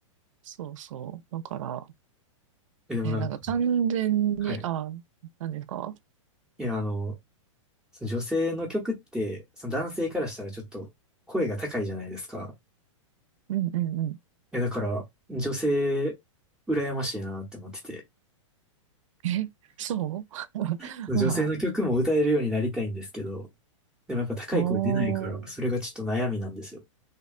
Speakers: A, on the right; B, in the centre.
A: そうそう。だから、
B: え、でもなんか、
A: え、なんか完全に、
B: はい。
A: あ、なんですか
B: いや、あの、その女性の曲って、その男性からしたらちょっと声が高いじゃないですか。
A: うんうんうん。
B: いや、だから、女性、羨ましいなって思ってて。
A: え、そ
B: その女性の曲も歌えるようになりたいんですけど、
A: う <laughs> まあ、
B: でもやっぱ高い声出ないから、
A: おー、
B: それがちょっと悩みなんですよ。